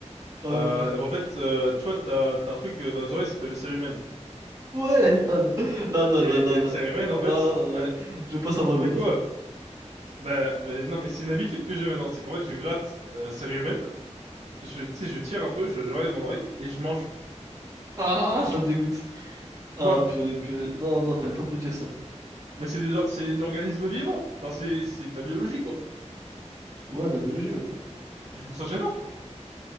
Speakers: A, on the right (about 30°); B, on the right (about 70°).
A: Ah
B: Euh,
A: ouais. Ouais,
B: bah, en fait, euh, tu vois, t'as, t'as un truc euh, dans les oreilles, ça s'appelle le cérumen.
A: Ouais, <laughs> non, non,
B: Et,
A: non, non, non,
B: et le cérumen,
A: non, non, non, non,
B: en fait,
A: non, non,
B: bah,
A: non, non. Je veux pas savoir, je
B: mais
A: veux pas
B: quoi?
A: savoir.
B: Bah, mais non, mais c'est une habitude que j'ai maintenant, c'est qu'en fait, je gratte euh, cérumen, je, tu sais, je tire un peu, je, je regarde mon oreille, et je mange.
A: Ah, ça me dégoûte. Ah,
B: Bah,
A: purée, purée. Non, non, fallait pas me le dire ça.
B: mais c'est des, or- c'est de l'organisme vivant. Enfin, c'est, c'est de la biologie, quoi.
A: Ouais, la biologie, ouais.
B: Je trouve ça gênant.